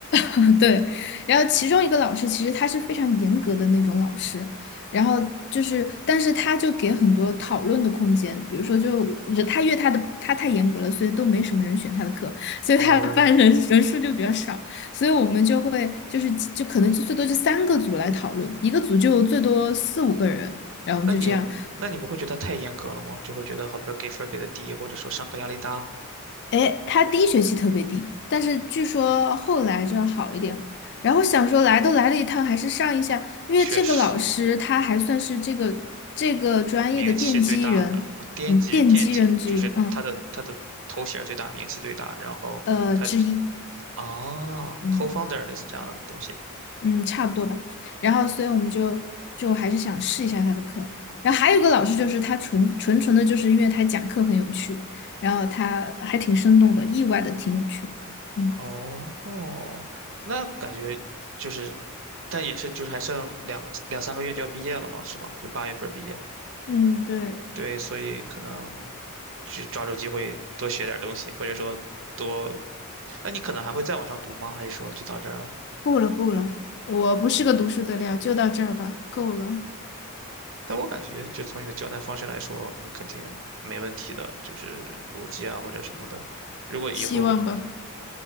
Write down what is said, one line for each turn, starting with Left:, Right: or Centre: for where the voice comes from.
Left: <laughs> 对，然后其中一个老师其实他是非常严格的那种老师，然后就是，但是他就给很多讨论的空间，比如说就他因为他的他太严格了，所以都没什么人选他的课，
Right: <laughs>
Left: <laughs> 所以他的班人人数就比较少，
Right: 哦，
Left: 所以我们就会就是就可能就最多就三个组来讨论，一个组就最多四五个人，然后我们就这样，
Right: 那你那你不会觉得太严格了吗？就会觉得好比说给分儿给的低，或者说上课压力大。
Left: 哎，他第一学期特别低，但是据说后来就要好一点了。然后想说来都来了一趟，还是上一下，因为这个老师他还算是这个这个专业的奠基人，
Right: 确实，名气最大的呃惦记惦记就是他的他的头衔儿最大，
Left: 嗯，奠基人之一，嗯，
Right: 名气最大，然后他
Left: 呃，之一，
Right: 哦
Left: 嗯
Right: c o f o u n d e r 类似这样的东西。
Left: 嗯，差不多吧。然后所以我们就就还是想试一下他的课。然后还有一个老师就是他纯纯纯的，就是因为他讲课很有趣，然后他还挺生动的，意外的挺有趣。嗯。
Right: 哦，那感觉就是，但也是就是还剩两个两三个月就要毕业了嘛，是吗？就八月份毕业。
Left: 嗯，对，
Right: 对，所以可能去抓住机会多学点东西，或者说多，那你可能还会再往上读吗？还是说就到这儿了？
Left: 不了不了，我不是个读书的料，就到这儿吧，够了，
Right: 但我感觉，就从你的交谈方式来说，你肯定没问题的，就是逻辑啊或者什么的。如果以后
Left: 希望吧，